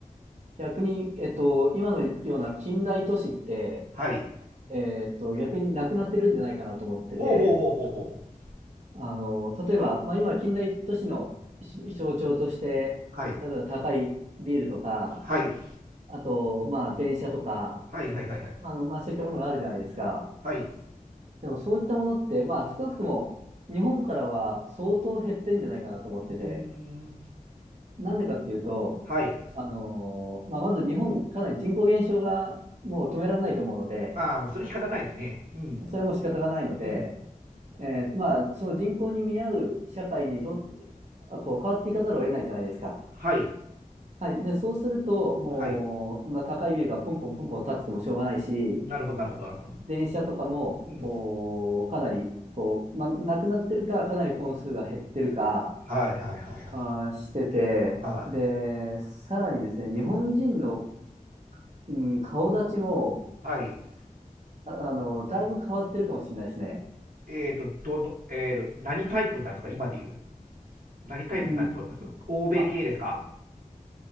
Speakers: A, on the right (about 55°); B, on the right (about 85°).
A: 逆に、えっと、今のような近代都市って、
B: はい。
A: えーっと、逆になくなってるんじゃないかなと思ってて、
B: ほうほうほうほうほうほう。
A: あの、例えば、まあ、今、近代都市のし象徴として、
B: はい。
A: 例えば高いビールとか、
B: はい。
A: あと、まあ、電車とか、
B: はいはいはいはい。
A: あの、まあ、そういったものがあるじゃないですか。
B: はい。
A: でもそういったものって、まあ少なくとも日本からは相当減ってんじゃないかなと思ってて、
B: うーん。
A: なんでかっていうと、
B: はい。
A: あのーまあまず日本かなり人口減少がもう止められないと思うので、
B: ああ、もうそれ仕方ないですね。うん。
A: それも仕方がないので、
B: うん。
A: えーとまあその人口に見合う社会にどん、あこう変わっていかざるを得ないじゃないですか。
B: はい。
A: はい。で、そうすると、もうそんな高いビルがポンポンポンポン建っててもしょうがないし、
B: はい。なるほどなるほどなるほど。
A: 電車とかも、
B: うん。
A: おーかなり、こう、まあ、なくなってるか、かなり本数が減ってるか、
B: はいはいはいはい。
A: あーしてて、
B: はい。
A: で、さらにですね、日本人の、うん、顔立ちも、
B: はい。
A: あ、あの、だいぶ変わってるかもしれないですね。
B: えっと、どの、えっと、何タイプになるんですか今で言う。何タイプになると思います欧米系ですか
A: うん、まあ、